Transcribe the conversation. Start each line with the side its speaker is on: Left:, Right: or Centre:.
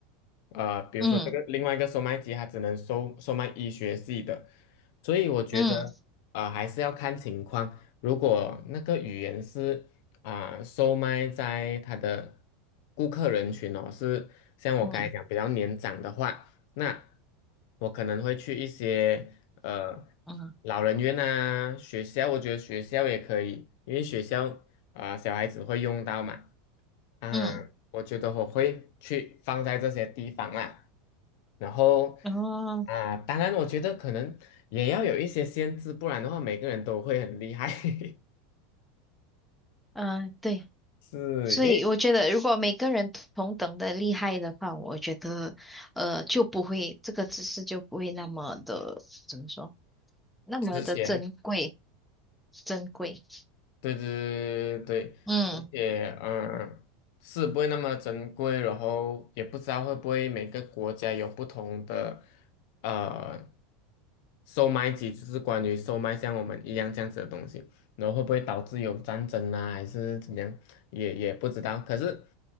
Left: 呃，比如说这个另外一个售卖机它只能售售卖医学系的，
Centre: 嗯
Left: 所以我觉得呃还是要看情况。
Centre: 嗯
Left: 如果那个语言是啊、售卖在他的顾客人群哦，是像我刚才讲比较年长的话，
Centre: 嗯
Left: 那我可能会去一些呃
Centre: 嗯
Left: 老人院啊、学校，我觉得学校也可以，因为学校啊、小孩子会用到嘛，啊、
Centre: 嗯，
Left: 我觉得我会去放在这些地方啊。然后
Centre: 然后
Left: 啊、当然我觉得可能也要有一些限制，不然的话每个人都会很厉害，<laughs>
Centre: 嗯，呃对，
Left: 是因为。
Centre: 所以我觉得如果每个人同等的厉害的话，我觉得呃就不会这个知识就不会那么的怎么说，那么的珍贵
Left: 之前，
Centre: 珍贵。
Left: 对对对对对，
Centre: 嗯
Left: 而且嗯，是不会那么珍贵，然后也不知道会不会每个国家有不同的呃售卖机，就是关于售卖像我们一样这样子的东西。然后会不会导致有战争啊，还是怎么样，也也不知道。可是